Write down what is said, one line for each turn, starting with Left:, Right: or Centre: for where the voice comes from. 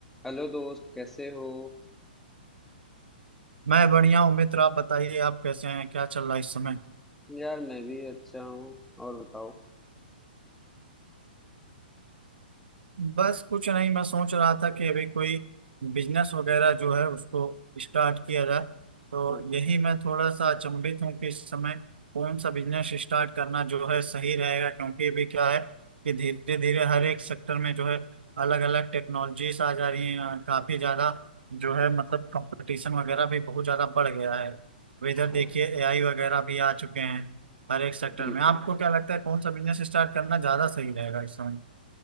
Centre: Hello दोस्त कैसे हो
Right: मैं बढ़िया हूँ मित्र आप बताइए आप कैसे हैं क्या चल रहा है इस समय
Centre: यार मैं भी अच्छा हूँ और बताओ
Right: बस कुछ नहीं मैं सोच रहा था कि अभी कोई बिजनेस वगैरह जो है उसको स्टार्ट किया जाए तो
Centre: अच्छा
Right: यही मैं थोड़ा सा अचंभित हूँ कि इस समय कौन सा बिजनेस स्टार्ट करना जो है सही रहेगा क्योंकि अभी क्या है कि धीरे धीरे हर एक सेक्टर में जो है अलग अलग टेक्नोलॉजीज आ जा रही हैं काफी ज्यादा जो है मतलब कंपटीशन वगैरह भी बहुत ज्यादा बढ़ गया है अब इधर
Centre: हाँ
Right: देखिए एआई वगैरह भी आ चुके हैं हर एक सेक्टर
Centre: बिल्कुल
Right: में आपको क्या लगता है कौन सा बिजनेस स्टार्ट करना ज्यादा सही रहेगा इस समय